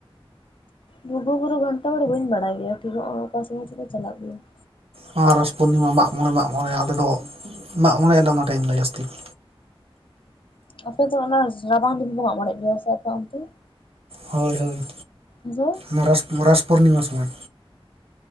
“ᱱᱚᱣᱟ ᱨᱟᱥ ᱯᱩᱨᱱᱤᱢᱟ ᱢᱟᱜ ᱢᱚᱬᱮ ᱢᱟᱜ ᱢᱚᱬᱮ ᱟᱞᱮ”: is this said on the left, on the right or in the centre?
Right